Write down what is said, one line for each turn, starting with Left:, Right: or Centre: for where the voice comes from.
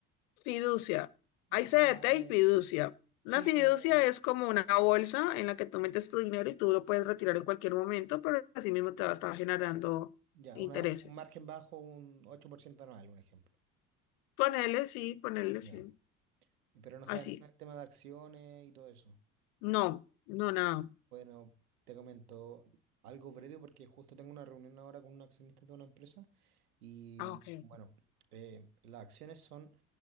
Left: Fiducia. Hay
Right: Como,
Left: CDT y fiducia.
Right: sí,
Left: Una fiducia
Right: como,
Left: es como una bolsa en la que tú metes tu dinero y tú lo puedes retirar en cualquier momento, pero así mismo te va a estar generando
Right: ya,
Left: intereses.
Right: una- un margen bajo, un 8% anual, un ejemplo.
Left: Ponele, sí, ponele,
Right: Ya.
Left: sí.
Right: Y Pero no
Left: Así.
Right: saben el tema de acciones y todo eso.
Left: No, no, nada.
Right: Bueno, te comento algo breve porque justo tengo una reunión ahora con un accionista de una empresa y
Left: Ah, ok.
Right: bueno, eh, las acciones son